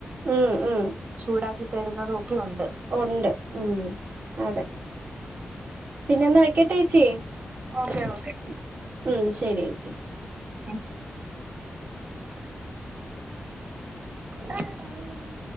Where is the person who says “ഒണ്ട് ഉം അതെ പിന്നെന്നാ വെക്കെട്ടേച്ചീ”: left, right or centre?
Right